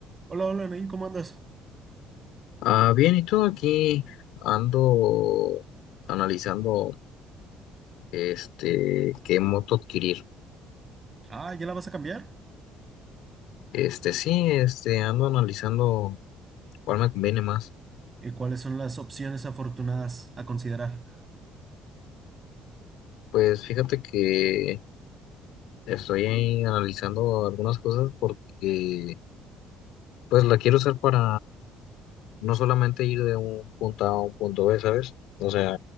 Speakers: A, on the right; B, on the left.
A: Hola, hola, Nain, ¿cómo andas?
B: Ah, bien, y todo aquí ando analizando este qué moto adquirir.
A: Ah, ¿ya la vas a cambiar?
B: Este sí, este ando analizando cuál me conviene más.
A: ¿Y cuáles son las opciones afortunadas a considerar?
B: Pues fíjate que estoy ahí analizando algunas cosas porque pues la quiero usar para no solamente ir de un punto A a un punto B, ¿sabes? O sea,